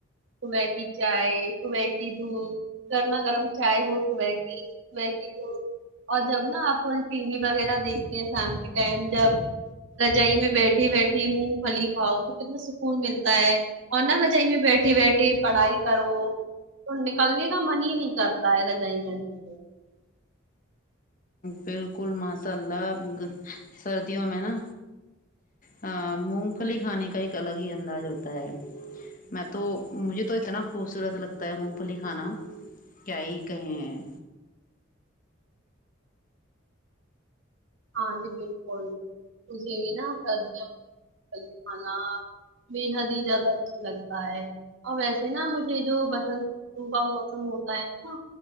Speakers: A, on the right (about 65°); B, on the left (about 40°).
A: صبح کی چائے صبح کی دھوپ گرما گرم چائے ہو صبح کی صبح کی دھوپ اور جب نا اپن ٹی وی وغیرہ دیکھتے ہیں شام کے ٹائم جب رجائی میں بیٹھی بیٹھی مونگ پھلی کھا و تو کتنا سکون ملتا ہے اور نہ وجہ میں بیٹھی بیٹھی پڑھائی کرو تو نکلنے کا من ہی نہیں کرتا ہے رجائی میںیسی تو
B: بالکل ماشاء اللہ سردیوں میں نا ہاں مونگ پلی کھانے کا ایک الگ ہی انداز ہوتا ہے میں تو مجھے تو اتنا خوبصورت لگتا ہے مونگ پھلی کھانا کیا ہی کہیں ہیں
A: ہاں جی بالکل ت <unintelligible> کر ک خانا بے حد ہی زیاد اچھا لگتا ہے اور ویسے نا مجھے جو بسنت کا موسم ہوتا ہے نا